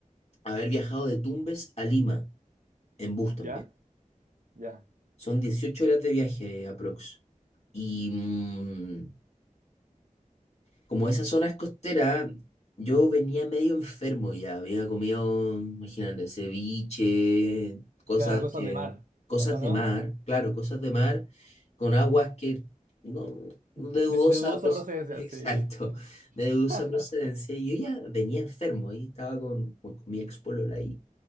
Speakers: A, on the left; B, on the right.
A: haber viajado de Tumbes a Lima, en bus también.
B: ¿Ya? Ya.
A: Son 18 horas de viaje aprox. Y mm, Como esa zona es costera, yo venía medio enfermo ya. Había comido, imagínate, ceviche, cosas
B: Claro, cosas
A: que,
B: de mar,
A: cosas
B: ¿o o
A: de
B: no?
A: mar, claro, cosas de mar con aguas que no, no,
B: De,
A: de dudosa
B: de dudosa
A: procedencia.
B: procedencia,
A: <laughs> Exacto,
B: sí. Sí,
A: de dudosa
B: <laughs>
A: procedencia.
B: Sí.
A: Y yo ya venía enfermo y estaba con, con mi ex polola ahí.